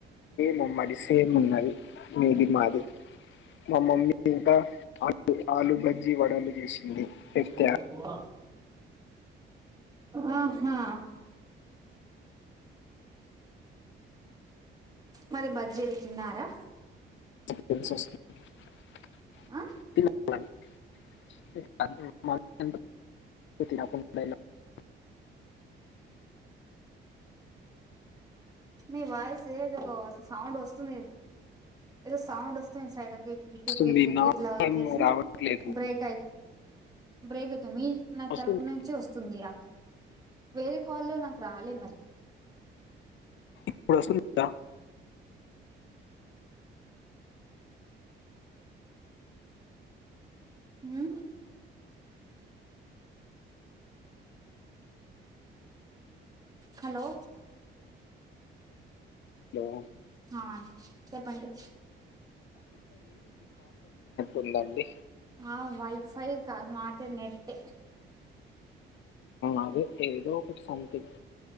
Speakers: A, on the left; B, on the right.
A: మమ్మరిసే ఉన్నది మీది మాది మా మమ్మీ ఇంకా ఆలు బజ్జి వడలు చేసింది తెస్తే
B: మ ఆహా మరి బజ్జీలు తిన్నారా
A: స సస్త <unintelligible>
B: ఆ
A: <unintelligible>
B: న వాయిస్ ఏద సౌండ్ వస్తుంది ఏదోజ సౌండ్ వస్తు చయ క్ ఇ
A: వస్తుంది నా
B: ఇట్లాతే
A: ఏమో రావట్లేదు
B: బ్రేక్ యి బ్రేక్ మీ నా
A: వస్తుంది
B: తరపు నుంచి వస్తుందియా వేరే కాల్లో నాకు రాలే మరి
A: ఇప్పుడుసా
B: హ హలో
A: హలో
B: హా చెప్పండి
A: ఉందండి
B: ఆ వైఫై కాదు మాధీ నెట్
A: అది ఏదో ఒక సంతింగ్